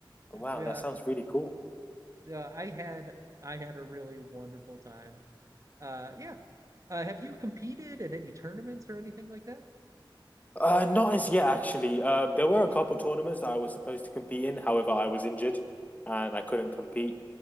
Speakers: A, on the left; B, on the right.
A: But wow,
B: Yeah,
A: that sounds really cool.
B: yeah. I had I had a really wonderful time. Uh, yeah. Uh, have you competed at any tournaments or anything like that?
A: Uh, not as yet, actually. Um, there were a couple tournaments that I was supposed to compete in. However, I was injured and I couldn't compete.